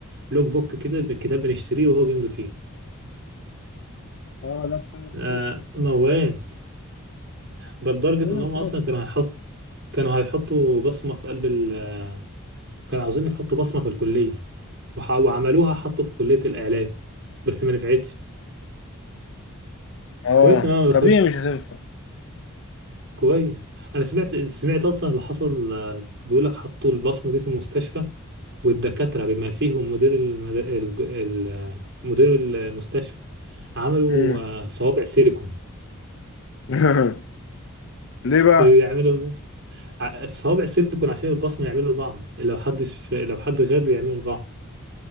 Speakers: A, on the right (about 55°); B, on the left (about 60°).
A: لوج بوك كده الكتاب بنشتريه وهو بيمضي فيه
B: اه لا بتاع الحضور
A: آه موال ده لدرجه
B: ولا
A: ان
B: الذاكرة.
A: هم اصلا كانوا هيحط كانوا هيحطوا بصمه في قلب ال آه، كانوا عاوزين يحطوا بصمه في الكليه وح- وعملوها حطوا في كلية الإعلام بس ما نفعتش
B: اه
A: كويس إن أنا ما
B: طبيعي
A: دخلش
B: مش هتنفع
A: كويس أنا سمعت سمعت أصلا اللي حصل آه، بيقول لك حطوا البصمة دي في المستشفى والدكاترة بما فيهم مدير المد... ال... ال... آه، مدير المستشفى عملوا
B: مم.
A: آه، صوابع سيليكون
B: <laughs> ليه بقى
A: يعملوا ع- الصوابع سيليكون عشان البصمة يعملوا لبعض لو حدش لو حد غاب يعملوا لبعض